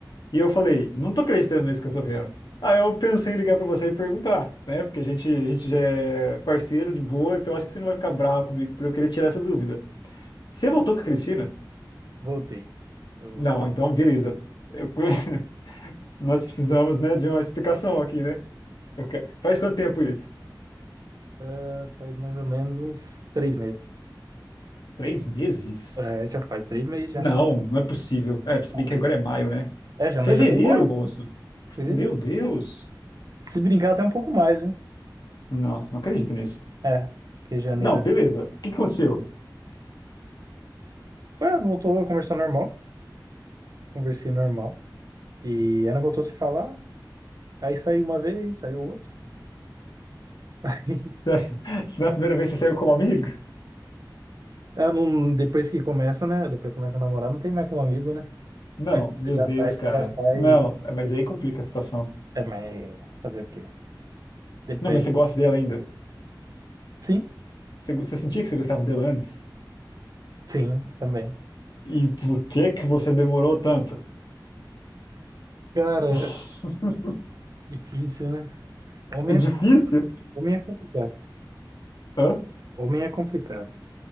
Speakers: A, on the left (about 65°); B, on the right (about 50°).
A: e eu falei, não tô acreditando nisso que eu tô vendo. Aí eu pensei em ligar pra você e perguntar, né? Porque a gente, a gente já é parceiro de boa, então eu acho que você não vai ficar bravo comigo por eu querer tirar essa dúvida. Você voltou com a Cristina?
B: voltei. Eu voltei.
A: Não, então beleza. Eu- <laughs> Nós precisamos, né, de uma explicação aqui, né? Eu quero- Faz quanto tempo isso?
B: Ah, faz mais ou menos uns três meses.
A: Três meses?
B: É, já faz três meses já.
A: Não, não é possível. É, se
B: Faz.
A: bem que agora é maio, né?
B: É, já,
A: Fevereiro,
B: nós já tá em maio.
A: moço?
B: Fevereiro.
A: Meu Deus!
B: Se brincar até um pouco mais, viu?
A: Não, não acredito nisso.
B: É, porque janeiro.
A: Não, beleza. O que que aconteceu?
B: Ué, voltou a conversar normal. Conversei normal. E ela voltou a se falar. Aí saiu uma vez, saiu outra. <laughs>
A: <laughs> Se na primeira vez você saiu como amigo?
B: Ela não, depois que começa, né? Depois que começa a namorar, não tem mais como amigo, né?
A: Não,
B: Aí você
A: meu
B: Já
A: Deus,
B: sai,
A: cara.
B: já sai.
A: Não, é, mas aí complica a situação.
B: É, mas fazer o quê? Depois.
A: Não, mas você gosta dela ainda?
B: Sim.
A: Você, go- você sentia que você gostava dela antes?
B: Sim, também.
A: E por que que você demorou tanto?
B: Cara,
A: <laughs>
B: difícil, né? Homem
A: É difícil?
B: é, homem é complicado.
A: Hã?
B: Homem é complicado.